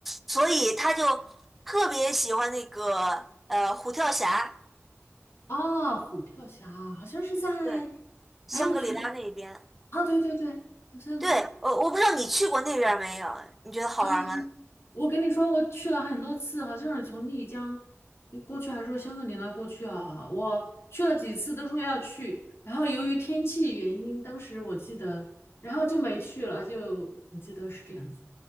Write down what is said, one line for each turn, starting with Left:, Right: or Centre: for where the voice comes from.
Centre: 所以他就特别喜欢那个呃虎跳峡，
Left: 哦，虎跳峡好像是在，
Centre: 对，香格里拉那边。
Left: 哎，我突然，啊，对对对，好像，
Centre: 对，我我不知道你去过那边儿没有？你觉得好玩吗？
Left: 嗯，我跟你说，我去了很多次，好像是从丽江过去，还是说香格里拉过去啊？我去了几次，都说要去，然后由于天气原因，当时我记得，然后就没去了，就我记得是这样子。